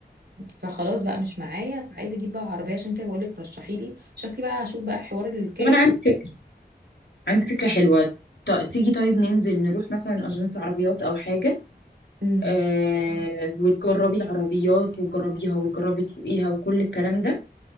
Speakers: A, on the right (about 70°); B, on the left (about 85°).
A: فخلاص بقى مش معايا فعايزة اجيب بقى عربية عشان كده بقولك رشحيلي شكلي بقى هشوف بقى حوار الكيا
B: طب انا عندي فكره عندي فكره حلوه ط- تيجي طيب ننزل نروح مثلا اجنس عربيات او حاجه
A: امم
B: آه وتجربي العربيات وتجربيها وتجربي تسوقيها وكل الكلام ده